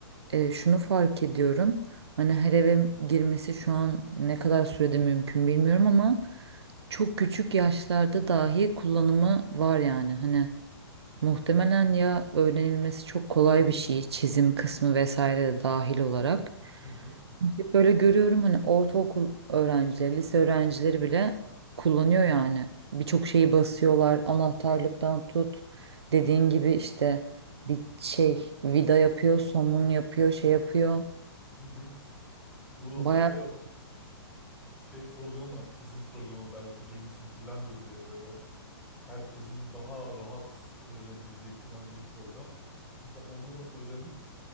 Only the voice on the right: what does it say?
e, şunu fark ediyorum hani her eve girmesi şu an ne kadar sürede mümkün bilmiyorum ama çok küçük yaşlarda dahi kullanımı var yani hani muhtemelen ya öğrenilmesi çok kolay bir şey çizim kısmı vesaire de dahil olarak.
Hep Böyle görüyorum hani ortaokul öğrencileri, lise öğrencileri bile kullanıyor yani. Birçok şeyi basıyorlar. Anahtarlıktan tut. Dediğin gibi işte bir şey vida yapıyor, somun yapıyor, şey yapıyor.
Bayağı